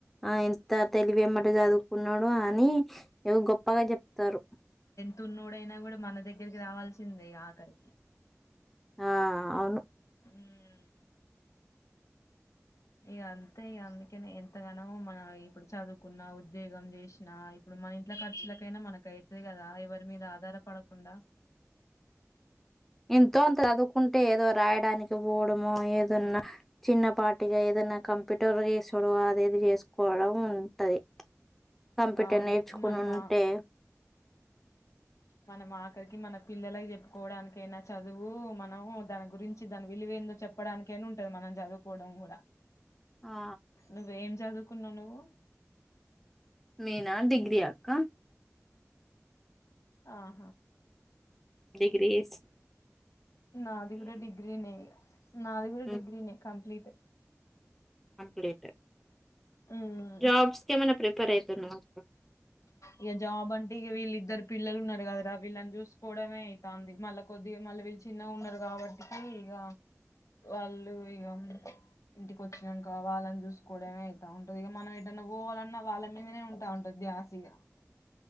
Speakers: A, in the centre; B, on the left.
A: ఆ ఎంత తెలివేమ్మటీ చదు కున్నడు అని ఎవో గొప్పగా చెప్తారు
B: తున్నోడైనా కూడా మన దగ్గరికి రావాల్సిందేగ ఆఖరికి
A: ఆ అవును
B: ఉమ్. ఇగ అంతే ఇగ అందుకనే ఎంతగనమో మన ఇప్పుడు చదువుకున్నా ఉద్యోగం చేసినా ఇప్పుడు మన ఇంట్ల ఖర్చులకైనా మనకైతది కదా ఎవరి మీద ఆధారపడకుండా
A: ఎంతో అంత చదువుకుంటే ఏదో రాయడానికి పోవడమొ ఏదోన్నా చిన్న పా టిగా ఏదైనా కంప్యూటర్ చేసుడు అది ఇది చేసుకోవడం ఉంటది కంప్యూటర్
B: అవును
A: నేర్చుకుని
B: మనమా
A: ఉంటే
B: మనం ఆఖరికి మన పిల్లలకి చెప్పుకోవడానికైనా చదువు మనం దాని గురించి దాని విలువేందో చెప్పడానికైనా ఉంటది మనం చదువుకోవడం కూడా
A: ఆ
B: నువ్వేం చదువ్ కున్నావ్ నువ్వు
A: నేనా డిగ్రీ అక్క
B: ఆహా
A: డిగ్రీస్
B: నాది గూడ డిగ్రినే ఇగ నాది కూడా
A: హ్మ్.
B: డిగ్రీనే కంప్లీట్.
A: ఇప్పుడే
B: ఉమ్
A: జాబ్స్ కేమన్నా ప్రిపేర్ అయి ధను ఒక్కడు
B: ఇక జాబ్ అంటే ఇక వీళ్ళ ఇద్దరు పిల్లలు ఉన్నారు కదరా వీళ్ళని చూసుకోవడమే, ఐతాంది మళ్ళా కొద్దిగా మళ్ళీ వీళ్ళు చిన్నగా ఉన్నారు. కాబట్టికి ఇగ వాళ్ళు ఇగ ఇంటికి వచ్చినాక వాళ్ళని చూసుకోవడమే ఐతా ఉంటది. ఇక మనం ఏటన్నా పోవాలన్నా వాళ్ళ మీదనే ఉంటా ఉంటంది ద్యాసిగా